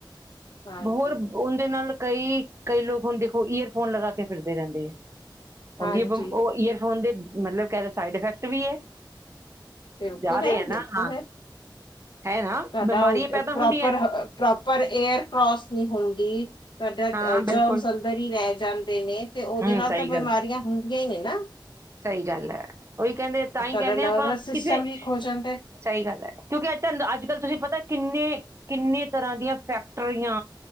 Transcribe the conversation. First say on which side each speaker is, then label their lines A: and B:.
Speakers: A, on the left; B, on the right.
A: ਹਾਂਜੀ
B: ਹੋਰ। ਔਂਦੇ ਨਾਲ ਕਈ, ਕਈ ਲੋਕ ਹੁਣ ਦੇਖੋ ਈਅਰਫੋਨ ਲਗਾ ਕੇ ਫਿਰਦੇ ਰਹਿੰਦੇ ਹੈ।
A: ਹਾਂਜੀ
B: ਔਂਦੀ ਉਹ ਈਅਰਫੋਨ ਦੇ ਮਤਲਬ ਕੀਹਦੇ ਸਾਈਡ ਇਫੈਕਟ ਵੀ ਹੈ।
A: ਬਿਲਕੁਲ
B: ਜਾ ਰਹੇ
A: ਹੈ! ਬਿਲਕੁਲ
B: ਨਾ ਹਾਂ
A: ਹੈ!
B: ਹੈ ਨਾ
A: ਤੁਹਾਡਾ
B: ਬਿਮਾਰੀਆਂ
A: ਉਹ
B: ਪੈਦਾ
A: ਪ੍ਰੋਪਰ
B: ਹੁੰਦੀਆਂ
A: ਅ ਪ੍ਰੋਪਰ। ਪ੍ਰੋਪਰ ਏਅਰ ਕਰੋਸ ਨੀ ਹੁੰਦੀ, ਤੁਹਾਡਾ ਜ
B: ਹਾਂ ਬਿਲਕੁਲ
A: ਜਰਮਸ ਅੰਦਰ ਹੀ ਰਹਿ ਜਾਂਦੇ ਨੇ। ਤੇ ਉਹਦੇ
B: ਹੂੰ
A: ਨਾਲ
B: ਸਹੀ
A: ਤਾਂ ਬਿਮਾਰੀਆਂ
B: ਗੱਲ ਹੈ।
A: ਹੁੰਦੀਆਂ ਹੀ ਨਾ।
B: ਸਹੀ ਗੱਲ ਹੈ! ਉਹੀ ਕਹਿੰਦੇ ਤਾਂਹੀ
A: ਤੁਹਾਡਾ
B: ਕਹਿੰਦੇ
A: ਨਰਵਸ
B: ਆਂ ਆਪਾਂ, ਕਿਸੇ।
A: ਸਿਸਟਮ ਵੀਕ ਹੋ ਜਾਂਦਾ
B: ਸਹੀ ਗੱਲ ਹੈ। ਕਿਉਂਕਿ ਅੱਜ ਤੁਹਾਨੂੰ ਅੱਜ- ਕੱਲ ਪਤਾ ਕਿੰਨੇ। ਕਿੰਨੇ ਤਰ੍ਹਾਂ ਦੀਆਂ ਫੈਕਟਰੀਆਂ।